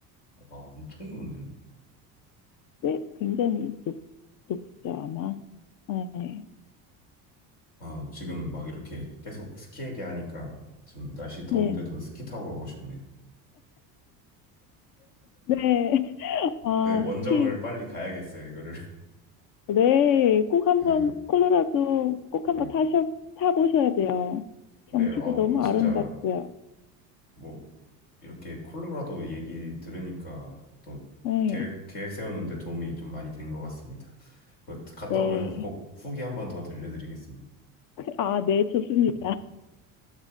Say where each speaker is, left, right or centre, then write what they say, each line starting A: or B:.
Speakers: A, on the left (about 70°); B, on the left (about 50°).
A: 와, 엄청 높네요.
B: 네. 꽤 굉장히 높, 높죠, 아마. 네.
A: 아, 지금 막 이렇게 계속 스키 얘기하니까 지금 날씨 더운데도
B: 네.
A: 스키 타고 가고 싶네요.
B: 네. <laughs> 아,
A: 네, 원정을
B: 스키.
A: 빨리 가야겠어요, 이거를.
B: 네. 꼭 한번,
A: 네,
B: 콜로라도 꼭 한번
A: 네.
B: 타셔, 타보셔야 돼요.
A: 네,
B: 경치도
A: 아우,
B: 너무
A: 뭐, 진짜,
B: 아름답고요.
A: 뭐, 이렇게 콜로라도 얘기 들으니까 또
B: 네.
A: 계획, 계획 세우는데 도움이 좀 많이 된 것 같습니다. 그 갔다
B: 네.
A: 오면 꼭 후기 한번 더 들려드리겠습니다.
B: 아, 네, 좋습니다.
A: 네.